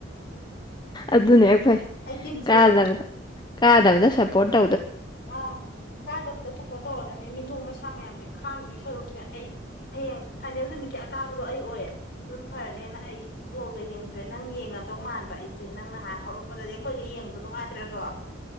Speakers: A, on the left; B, on the left.
A: ꯑꯗꯨꯅꯦ ꯐꯩ
B: ꯑꯩ ꯇꯤꯝ ꯁꯤꯜꯂꯦ
A: ꯀꯥꯗꯕꯗ ꯀꯥꯗꯕ ꯁꯄꯣꯔꯠ
B: ꯑ ꯀꯥꯗꯕꯗ ꯄꯣꯠ ꯇꯧꯔꯒꯅꯦ ꯃꯤꯅꯣꯛ ꯃꯩꯁꯥ ꯃꯌꯥꯝꯁꯦ ꯈꯥꯡꯗꯣꯏ ꯁꯔꯨꯛꯁꯤꯦ ꯑꯩ ꯍꯌꯦꯡ ꯐꯥꯏꯅꯦꯜ ꯅꯨꯃꯤꯠꯀꯤ ꯑꯀꯥꯕꯗꯣ ꯑꯩ ꯂꯣꯏꯔꯅꯤ ꯑꯗꯨꯝ ꯐꯔꯅꯦꯅ ꯑꯩꯕꯣꯜꯀ ꯌꯦꯡꯗ꯭ꯔꯦ ꯅꯪ ꯌꯦꯡꯉꯗꯧ ꯃꯥꯟꯕ ꯑꯩꯁꯦ ꯅꯪ ꯅꯍꯥꯟ ꯍꯧꯔꯛꯄꯗ ꯑꯗꯤ ꯑꯩꯈꯣꯏꯒ ꯌꯦꯡꯕꯗꯣ ꯅꯨꯡꯉꯥꯏꯇ꯭ꯔꯗꯣ